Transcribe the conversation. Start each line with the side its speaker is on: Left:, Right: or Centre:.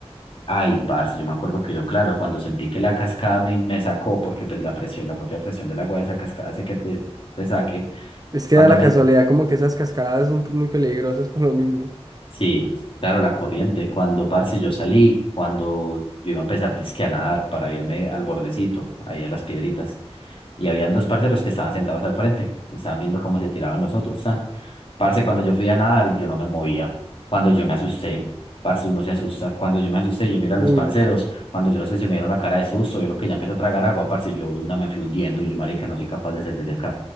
Left: Ay, parce, yo me acuerdo que yo, claro, cuando sentí que la cascada me, me sacó, porque pues la presión, la propia presión del agua de esa cascada hace que te, te saque.
Right: Es que
Left: Cuando
Right: da la
Left: me,
Right: casualidad como que esas cascadas son muy peligrosas por lo mismo.
Left: sí, claro, la corriente. Cuando, parce, yo salí, cuando yo iba a empezar dizque a nadar para irme al bordecito, ahí a las piedritas. y habían dos parceros que estaban sentados al frente, estaban viendo cómo se tiraban los otros, tan. Parce, cuando yo fui a nadar, yo no me movía, cuando yo me asusté, parce, uno se asusta, cuando yo me asusté, yo miré
Right: Uy,
Left: a los parceros, cuando yo no sé si me dieron la cara de susto, vieron que ya empezó a tragar agua, parce, yo de una me fui hundiendo y yo, marica, no soy capaz de salir de acá,